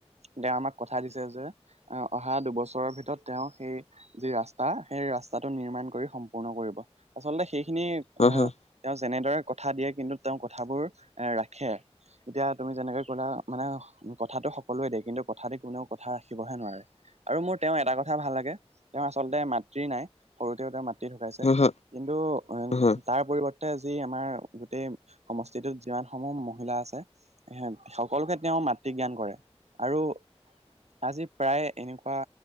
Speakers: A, on the right (about 75°); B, on the left (about 75°).
A: দে আমাক কথা দিছে যে আহ অহা দুবছৰৰ ভিতৰত তেওঁ সেই যি ৰাস্তা সেই ৰাস্তা টো নিৰ্মাণ কৰি সম্পূৰ্ণ কৰিব আচলতে সেইখিনি এ
B: হয় হয়
A: তেওঁ যেনেদৰে কথা দিয়ে কিন্তু তেওঁ কথাবোৰ এ ৰাখে। এতিয়া তুমি যেনেকে ক'লা মানে কথাতটো সকলোৱে দিয় কিন্তু কথা দি কোনেও কথা ৰাখিবহে নোৱাৰে। আৰু মোৰ তেওঁ এটা কথা ভাল লাগে তেওঁ আচলতে মাতৃ নাই। সৰুতে তেওঁৰ মাতৃ ঢুকাইছে
B: হয় হয়
A: কিন্তু উম,
B: হা
A: তাৰ পৰিৱৰ্তে যি আমাৰ গোটেই সমষ্টিটোত যিমান সমূহ মহিলা আছে এ সকলোকে তেওঁ মাতৃ জ্ঞান কৰে আৰু আজি প্ৰায় এনেকুৱা